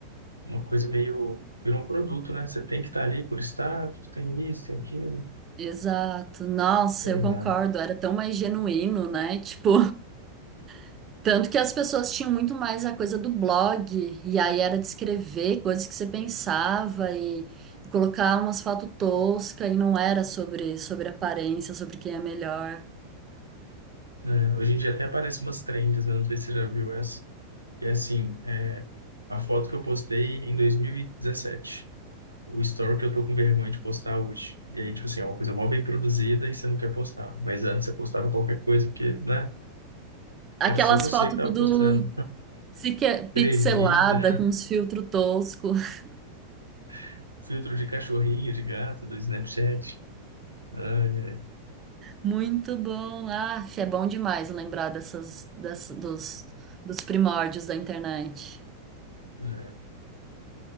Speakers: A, on the right; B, on the right.
A: uma coisa meio. Virou um produto, né? Você tem que estar ali por status, tem isso, tem aquilo,
B: Exato. Nossa,
A: sei
B: eu concordo.
A: lá.
B: Era tão mais genuíno, né? Tipo, <laughs> tanto que as pessoas tinham muito mais a coisa do blog, e aí era de escrever coisas que você pensava e, e colocar umas fotos toscas, e não era sobre, sobre aparência, sobre quem é melhor.
A: É, hoje em dia até aparecem umas trends, né? Não sei se você já viu essa. E é assim, é, a foto que eu postei em 2017. O story que eu tô com vergonha de postar hoje. E aí, tipo assim, é uma coisa mó bem produzida e você não quer postar. Mas antes você postava qualquer coisa, porque, né?
B: Aquelas
A: Era só você
B: fotos
A: que tava
B: tudo
A: postando.
B: psique-
A: Tremida,
B: pixelada, com uns filtros tosco. <laughs>
A: <laughs> filtro de cachorrinho, de gato, do Snapchat. Ai, ai.
B: Muito bom. Ah, é bom demais lembrar dessas, dessas, dos, dos primórdios da internet.
A: né?